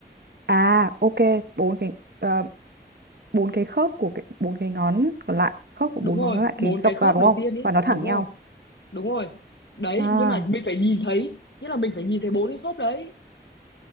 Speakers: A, on the right; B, on the left.
A: À, ok, bốn cái ờ, bốn cái khớp của cái bốn cái ngón còn lại, khớp của
B: đúng
A: bốn
B: rồi
A: ngón còn lại cái
B: bốn cái
A: gập
B: khớp
A: vào đúng
B: đầu
A: không?
B: tiên ý
A: Và nó
B: đúng
A: thẳng nhau.
B: rồi đúng rồi đấy
A: À,
B: nhưng mà mình phải nhìn thấy nghĩa là mình phải nhìn thấy bốn cái khớp đấy